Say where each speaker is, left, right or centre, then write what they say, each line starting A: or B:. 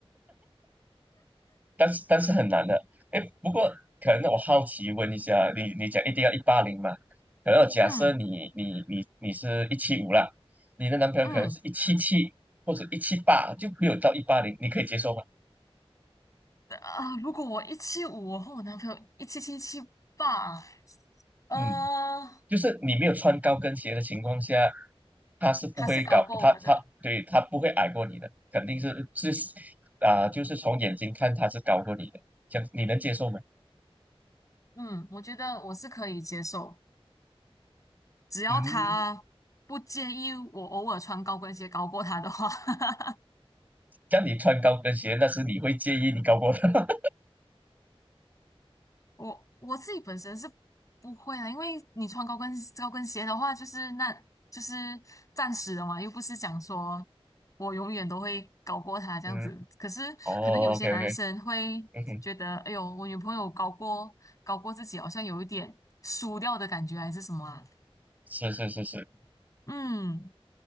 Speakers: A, on the right (about 15°); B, on the left (about 35°).
A: 但是但是很难的。哎，不过可能我好奇问一下，你你讲一定要一八零嘛？可能假设你你你你是一七五啦，
B: 嗯
A: 你的男朋友可能是一七七或者一七八，
B: 嗯，
A: 就没有到一八零，你可以接受吗？
B: 啊，如果我一七五，我和我男朋友一七七七八，呃，
A: 嗯，就是你没有穿高跟鞋的情况下，他是不会搞他他对他不会矮过你的，
B: 他是高过我的。
A: 肯定是是啊、就是从眼睛看他是高过你的，这样你能接受吗？
B: 嗯，我觉得我是可以接受，只要他不介意我偶尔穿高跟鞋高过他的话。
A: 嗯，
B: <laughs>
A: 这样你穿高跟鞋，那是你会介意你高过他。<laughs>
B: 我我自己本身是不会啊，因为你穿高跟高跟鞋的话，就是那就是暂时的嘛，又不是讲说我永远都会高过他这样子。
A: 嗯，
B: 可是可能有些男生会觉得，
A: 哦，OK OK，嗯哼，
B: 哎呦，我女朋友高过高过自己，好像有一点输掉的感觉，还是什么啊？
A: 是是是是，
B: 嗯，